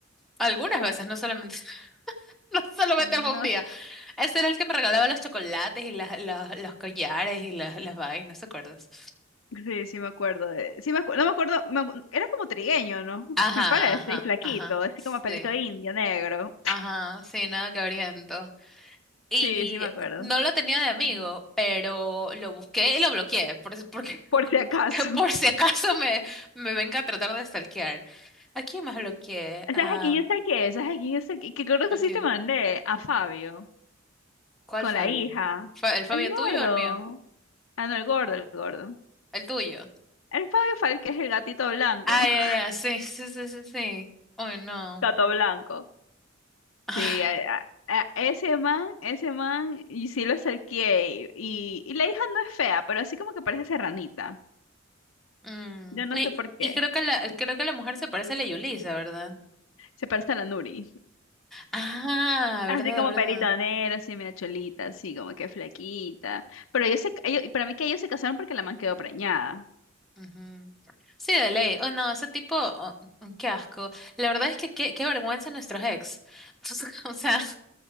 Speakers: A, in the centre; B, on the left.
A: Algunas
B: ya,
A: veces, no solamente, <laughs> no solamente
B: un-
A: fue
B: No,
A: un día. Ese era el que me regalaba los chocolates y las, las- los collares y las, las vainas, ¿te acuerdas?
B: sí, sí me acuerdo de, sí me acu- no me acuerdo, me acu- era como trigueño, ¿no?
A: Ajá,
B: Me parece,
A: ajá,
B: y flaquito,
A: ajá.
B: así
A: Sí.
B: como pelito indio, negro.
A: Ajá, sí, nada que oriento. Y
B: Sí, sí me acuerdo.
A: no lo tenía de amigo,
B: Mm.
A: pero lo busqué y lo bloqueé, por, si- porque,
B: Por
A: <laughs>
B: si acaso.
A: por si acaso me, me venga a tratar de stalkear. ¿A quién más bloqueé?
B: <laughs> ¿Sabes
A: Ah,
B: a quién yo saqué? ¿Sabes a quién yo saqué? Que creo
A: ok.
B: que sí te mandé a Fabio,
A: ¿Cuál
B: con
A: Fabio?
B: la hija.
A: ¿Fa- ¿El Fabio
B: El gordo.
A: tuyo o el mío?
B: Ah, no, el gordo, el gordo.
A: El tuyo.
B: El Fabio Falque es el gatito blanco.
A: Ah,
B: <laughs>
A: ya, ya, sí, sí, sí, sí, sí. Uy, no.
B: Gato blanco.
A: Ah,
B: Sí, a- a- a- ese man, ese man, y sí lo acerqué. Y, y la hija no es fea, pero así como que parece serranita.
A: mm,
B: Yo no
A: Y,
B: sé por qué.
A: y creo que la, creo que la mujer se parece a la Yulisa, ¿verdad?
B: Se parece a la Nuri.
A: Ah,
B: Así
A: verdad,
B: como
A: verdad.
B: pelito negro, así medio cholita, así como que flaquita. Pero ellos se, ca- ellos- para mí que ellos se casaron porque la man quedó preñada.
A: Ujú. Sí, de ley. Oh, no, ese tipo, oh, mm, qué asco. La verdad es que qué, qué vergüenza nuestros ex. <laughs> O sea,